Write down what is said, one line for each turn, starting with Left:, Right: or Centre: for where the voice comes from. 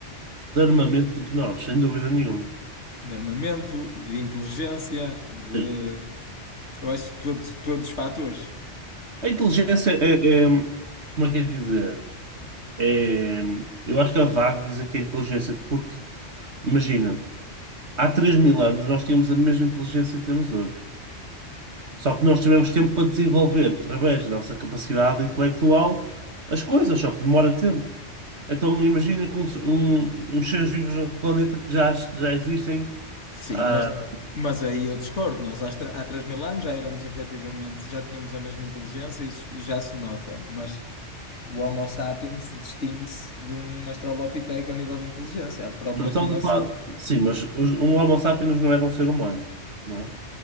Right: de armamento do que nós, sem dúvida nenhuma.
Left: de armamento, de inteligência, de.
Right: Sim.
Left: Eu acho que todos, todos os fatores,
Right: A inteligência
Left: não é?
Right: é, é- como é que é de dizer? É, eu acho que é vago dizer que é inteligência, porque, imagina, há 3 mil anos nós tínhamos a mesma inteligência que temos hoje. Só que nós tivemos tempo para desenvolver, através da nossa capacidade intelectual, as coisas, só que demora tempo. Então imagina com uns, um- uns seres vivos do planeta que já, já existem.
Left: Sim,
Right: ah,
Left: mas, mas aí eu discordo. Nós há, tra- há 3 mil anos já éramos efetivamente, já tínhamos a mesma inteligência, isso já se nota, mas o Homo sapiens distingue-se de um Australopiteco a nível de inteligência. A própria
Right: não estamos
Left: formação.
Right: a falar. Sim, mas os- um Homo sapiens não era um ser humano, não é?